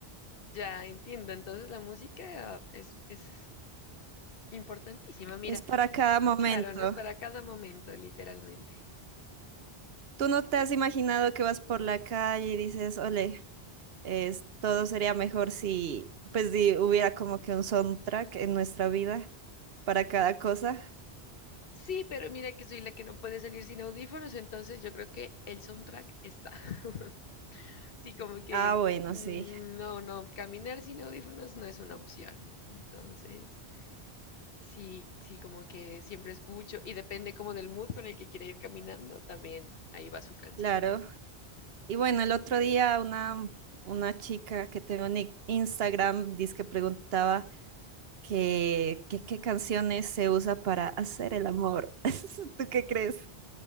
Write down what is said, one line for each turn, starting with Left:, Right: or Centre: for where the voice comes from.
Left: ya entiendo. Entonces la música es, es importantísima. Mira,
Right: Es para cada momento.
Left: claro, no es para cada momento, literalmente.
Right: ¿Tú no te has imaginado que vas por la calle y dices, ole, es, todo sería mejor si, pues, si hubiera como que un soundtrack en nuestra vida para cada cosa?
Left: Sí, pero mira que soy la que no puede salir sin audífonos, entonces yo creo que el soundtrack está. <laughs> Sí, como que
Right: Ah, bueno,
Left: mm,
Right: sí,
Left: no, no, caminar sin audífonos no es una opción. Entonces, sí, sí, como que siempre escucho y depende como del mood con el que quiera ir caminando, también ahí va su canción.
Right: claro. Y bueno, el otro día una, una chica que tengo en i- Instagram dice que preguntaba que, que qué canciones se usa para hacer el amor. <laughs> ¿Tú qué crees?